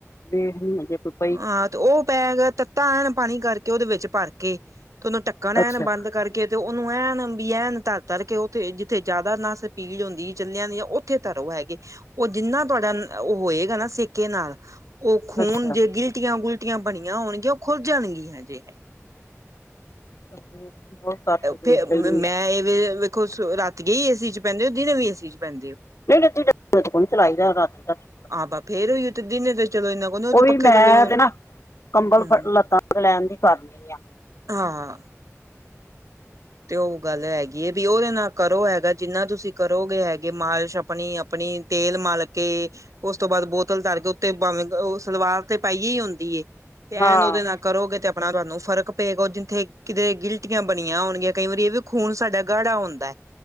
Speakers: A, on the left; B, on the right.
A: ਬੇਚ-ਬੁਚ ਦਿੰਦੇ
B: ਹਾਂ ਤੇ ਉਹ ਬੈਗ ਤੱਤਾ ਐਨ ਪਾਣੀ ਕਰਕੇ ਉਹਦੇ ਵਿੱਚ ਭਰ ਕੇ ਤੇ ਉਹਨੂੰ ਟੱਕ ਣ ਐਨ
A: ਅੱਛਾ
B: ਬੰਦ ਕਰਕੇ ਕੇ ਤੇ ਉਹਨੂੰ ਐਨ ਵੀ ਐਨ ਤਰ-ਤਰ ਕੇ ਉੱਥੇ ਜਿੱਥੇ ਜ਼ਿਆਦਾ ਨਸ ਪੀੜ ਹੁੰਦੀ ਚੱਲਿਆਂ ਨੀ ਜਾਂ ਉੱਥੇ ਤਰੋ ਹੈਗੇ ਉਹ ਜਿੰਨਾ ਤੁਹਾਡਾ ਉਹ ਹੋਏਗਾ ਨਾ ਸੇਕੇ ਨਾਲ ਉਹ ਖੂਨ
A: ਅੱਛਾ
B: ਜੇ ਗਿਲਟੀਆਂ-ਗੁਲਟੀਆਂ ਬਣੀਆਂ ਹੋਣਗੀਆਂ ਉਹ ਖੁੱਲ ਜਾਣਗੀਆਂ ਜੇ।
A: <inaudible>
B: ਫੇਰ
A: ਵੇਖ ਲੈਣੀ
B: ਮੈਂ
A: ਆ
B: ਇਹਵੇ ਵੇਖੋ ਰਾਤੀ ਗਏ ਹੀ ਏਸੀ ਚ ਬੈਂਦੇ ਹੋ ਦਿਨੇ ਵੀ ਏਸੀ ਚ ਬੈਦੇ ਹੋ।
A: ਨਹੀਂ-ਨਹੀ ਦਿਨੇ-ਦੁਣੇ ਕੋਈ ਨੀ ਚਲਾਈਦਾ ਰਾਤੀ-ਰਾਤੀ।
B: ਆਹ ਫੇਰ ਈਓ ਤੇ ਦਿਨੇ ਤੇ ਚਲੋ ਇੰਨਾ ਕੁ ਨਹੀਂ ਉਹ ਤੇ੍
A: ਵੀ
B: ਪੱਖੇ
A: ਮੈਂ
B: ਥੱਲੇ
A: ਤੇ ਨਾ ਕੰਬਲ
B: ਹਮ
A: ਲੱਤਾਂ ਤੇ ਲੈਣ ਦੀ ਕਰਨੀ ਆ।
B: ਹਾਂ। ਤੇ ਉਹ ਗੱਲ ਹੈਗੀ ਹੈ, ਵੀ ਉਹਦੇ ਨਾਲ ਕਰੋ ਹੈਗਾ, ਜਿੰਨਾ ਤੁਸੀਂ ਕਰੋਗੇ ਹੈਗੇ ਅਗੇ ਮਾਲਿਸ਼ ਆਪਣੀ ਆਪਣੀ, ਤੇਲ ਮਲ ਕੇ ਉਸ ਤੋਂ ਬਾਅਦ ਬੋਤਲ ਧਰ ਕੇ, ਉੱਤੇ ਬਵੇਂ ਉਹ ਸਲਵਾਰ ਉਤੇ ਪਾਈਏ ਹੀ ਹੁੰਦੀ ਏ, ਤੇ ਐਨ
A: ਹਾਂ
B: ਉਹਦੇ ਨਾਲ ਕਰੋਗੇ ਤੇ ਆਪਣਾ ਤੁਹਾਨੂੰ ਫ਼ਰਕ ਪਏਗਾ, ਜਿੱਥੇ ਕਿਤੇ ਗਿਲਟਿਆਂ ਬਣੀਆਂ ਹੋਣਗੀਆਂ ਕਈ ਵਾਰੀ ਇਹ ਵੀ ਖੂਨ ਸਾਡਾ ਗਾੜਾ ਹੁੰਦਾ ਹੈ,